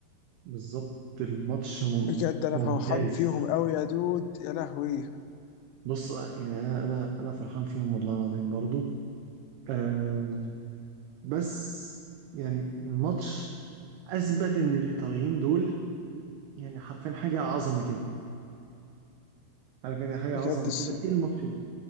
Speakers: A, on the right; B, on the left.
A: بالظبط الماتش مم...
B: بجد انا
A: ممتاز
B: فرحان فيهم قوي يا دود يا لهوي
A: بص يعني انا انا انا فرحان فيهم والله العظيم برضو آه بس يعني الماتش اثبت ان الايطاليين دول يعني حرفيا حاجه عظمه كده عارف يعني حاجه
B: بجد
A: عظمه
B: الس...
A: كده ايه الماتش ده